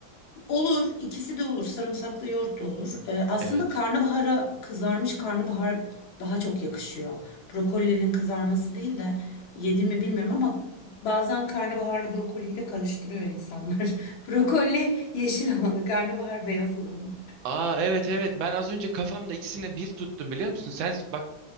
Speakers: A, on the left; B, on the right.
A: olur ikisi de olur. Sarımsaklı yoğurt da olur. Ee, aslında
B: Evet.
A: karnabahara kızarmış karnabahar daha çok yakışıyor. Brokolinin kızarması değil de yedin mi bilmiyorum ama bazen karnabaharla brokoliyi de karıştırıyor insanlar. <laughs> Brokoli yeşil olanı, karnabahar beyaz olanı.
B: Aa evet evet. Ben az önce kafamda ikisini bir tuttum biliyor musun? Sen bak